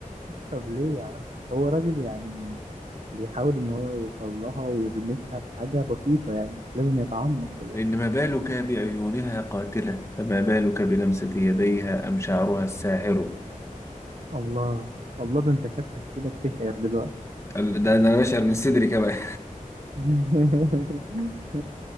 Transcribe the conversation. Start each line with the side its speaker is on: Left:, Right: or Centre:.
Right: طب ليه يا عم هو راجل يعني بيحاول ان هو يوصل لها ويلمسها بحاجة بسيطة يعني مش لازم يتعمق في الوقت
Left: لان ما بالك بعيونها قاتله فما بالك بلمسه يديها ام شعرها الساحر
Right: الله الله ده انت شكلك كده بتشعر دلوقتي
Left: ال- ده ده انا بشعر من صدري كمان
Right: <laughs>